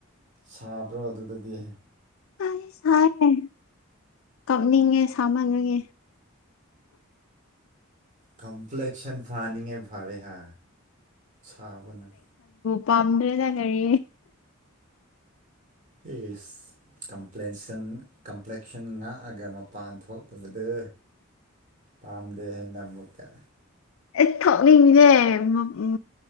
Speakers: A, on the right; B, on the left.
A: ꯁꯥꯕ꯭ꯔꯣ ꯑꯗꯨꯗꯗꯤ
B: ꯑꯩ ꯁꯥꯏꯦ ꯀꯞꯅꯤꯡꯉꯦ ꯁꯥꯃꯅꯨꯉꯦ
A: ꯀꯝ ꯐ꯭ꯂꯦꯛꯁꯟ ꯐꯥꯅꯤꯡꯉꯦ ꯐꯔꯦ ꯍꯥꯏ ꯁꯥꯕꯅ
B: ꯄꯝꯕ꯭ꯔꯦꯗ ꯀꯔꯤ
A: ꯏꯁꯁ ꯀꯝꯄ꯭ꯂꯦꯟꯁꯟ ꯀꯝꯄ꯭ꯂꯦꯛꯁꯟ ꯉꯥꯛꯑꯒ ꯃꯄꯥꯟ ꯊꯣꯛꯇꯕꯗꯨ ꯄꯥꯝꯗꯦ ꯍꯥꯏꯅ ꯑꯃꯨꯛꯀ
B: ꯑꯦ ꯊꯣꯛꯅꯤꯡꯉꯤꯅꯦ ꯎꯝ